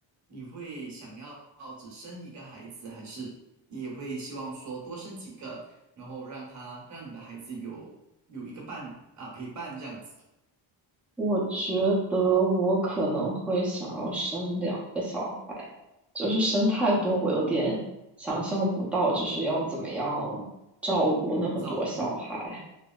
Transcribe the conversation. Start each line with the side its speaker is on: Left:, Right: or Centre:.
Right: 你会想要只生一个孩子，还是你也会希望说多生几个，然后让他让你的孩子有有一个伴啊陪伴这样子？
Centre: 我觉得我可能会想要生两个小孩，就是生太多，
Right: 嗯，
Centre: 我有点想象不到，就是要怎么样照顾那么多小孩。
Right: 照顾，